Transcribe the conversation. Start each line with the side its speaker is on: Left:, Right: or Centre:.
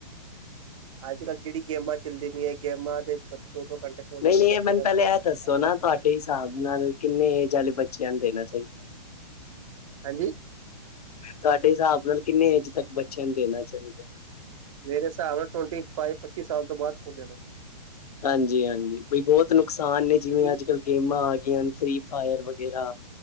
Right: ਅੱਜ-ਕੱਲ ਜਿਹੜੀ ਗੇਮਾਂ ਚੱਲਦੀ ਪਈਆਂ ਗੇਮਾਂ ਦੇ ਦੋ-ਦੋ ਘੰਟੇ ਫੋਨ ਲੈ
Left: ਨਹੀਂ-ਨਹੀਂ,
Right: ਕੇ ਬੈਠੇ
Left: ਇਹ ਮੈਨੂੰ
Right: ਰਹਿੰਦੇ
Left: ਪਹਿਲੇ ਇਹ ਦੱਸੋ ਨਾ ਤੁਹਾਡੇ ਹਿਸਾਬ ਨਾਲ ਕਿੰਨੇ ਏਜ ਵਾਲੇ ਬੱਚਿਆਂ ਨੂੰ ਦੇਣਾ ਚਾਹੀਦਾ? <inaudible>
Right: ਹਾਂਜੀ।
Left: ਤੁਹਾਡੇ ਹਿਸਾਬ ਨਾਲ ਕਿੰਨੇ ਏਜ ਤੱਕ ਬੱਚਿਆਂ ਨੂੰ ਦੇਣਾ ਚਾਹੀਦਾ ਹੈ?
Right: ਮੇਰੇ ਹਿਸਾਬ ਨਾਲ ਟਵੈਂਟੀ ਫਾਈਵ ਪੱਚੀ ਸਾਲ ਤੋਂ ਬਾਦ ਫੋਨ ਦੇਣਾ ਚਾਹੀਦਾ।
Left: ਹਾਂਜੀ-ਹਾਂਜੀ, ਬਈ ਬਹੁਤ ਨੁਕਸਾਨ ਨੇ ਜਿਵੇਂ
Right: ਚਾਹੀਦਾ
Left: ਅੱਜ-ਕੱਲ੍ਹ ਗੇਮਾਂ ਆ ਗਈਆਂ ਫ੍ਰਰੀ ਫਾਇਰ ਵਗੈਰਾ